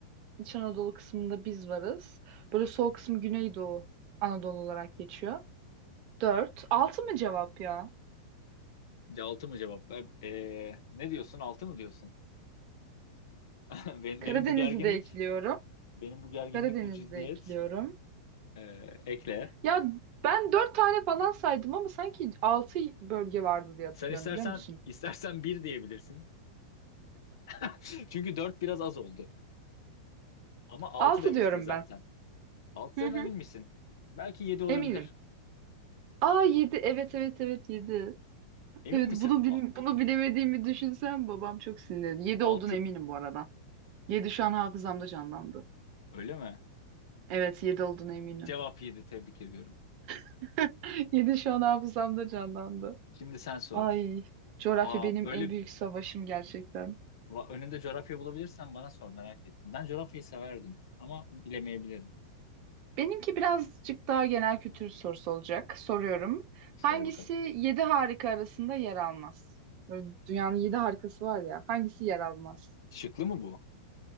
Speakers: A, on the right (about 45°); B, on the left (about 60°).
A: İç Anadolu kısmında biz varız. Böyle sol kısmı Güneydoğu Anadolu olarak geçiyor. Dört. Altı mı cevap ya?
B: Ce- Altı mı cevap? E, e, ne diyorsun? Altı mı diyorsun? <laughs> Ben-
A: Karadeniz'i
B: Benim bu gerginlik,
A: de ekliyorum.
B: benim bu gerginlik,
A: Karadeniz'i
B: bu ciddiyet.
A: de ekliyorum.
B: E, ekle.
A: Ya ben dört tane falan saydım ama sanki altı bölge vardı diye hatırlıyorum
B: Sen istersen
A: biliyor musun?
B: istersen bir diyebilirsin. <laughs> Çünkü dört biraz az oldu. Ama altı
A: Altı
B: demiştin
A: diyorum
B: zaten.
A: ben.
B: Altıdan
A: Hı hı.
B: emin misin? Belki yedi olabilir.
A: Eminim. Aa yedi. Evet evet evet yedi.
B: Emin
A: Evet
B: misin?
A: bunu bil-
B: A-
A: bunu bilemediğimi düşünsem babam çok sinirlenir. Yedi
B: Altı
A: olduğuna eminim bu arada. Yedi şu an hafızamda canlandı.
B: öyle mi?
A: Evet yedi olduğuna eminim.
B: Cevap yedi. Tebrik ediyorum.
A: <laughs> Yedi şu an hafızamda canlandı.
B: Şimdi sen sor.
A: Ay coğrafya
B: Aa,
A: benim
B: öyle
A: en büyük savaşım gerçekten.
B: Va- Önünde coğrafya bulabilirsen bana sor merak ettim. Ben coğrafyayı severdim ama bilemeyebilirim.
A: Benimki birazcık daha genel kültür sorusu olacak. Soruyorum.
B: Sor
A: Hangisi
B: bakalım.
A: yedi harika arasında yer almaz? Böyle dünyanın yedi harikası var ya. Hangisi yer almaz?
B: Şıklı mı bu?